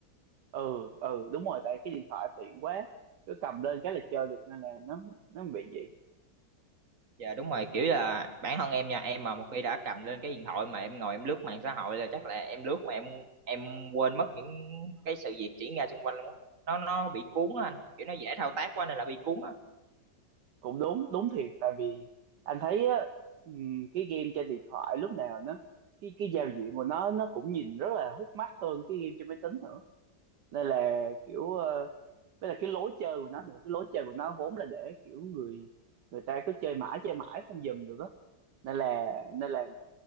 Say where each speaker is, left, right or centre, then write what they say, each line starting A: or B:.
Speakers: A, on the right; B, on the right.
A: ừ ừ đúng rồi tại cái điện thoại tiện quá cứ cầm lên cái là chơi được nên là nó nó bị vậy
B: Dạ đúng rồi, kiểu là bản thân em nha, em mà một khi đã cầm lên cái điện thoại mà em ngồi em lướt mạng xã hội là chắc là em lướt mà em em quên mất những cái sự việc diễn ra xung quanh luôn á. Nó nó bị cuốn á anh, kiểu nó dễ thao tác quá nên là bị cuốn á.
A: cũng đúng đúng thiệt tại vì anh thấy á ừm, cái game trên điện thoại lúc nào nó cái cái giao diện của nó nó cũng nhìn rất là hút mắt hơn cái game trên máy tính nữa nên là kiểu ờ, với là cái lối chơi của nó nữa cái lối chơi của nó vốn là để kiểu người người ta cứ chơi mãi chơi mãi không dừng được á nên là nên là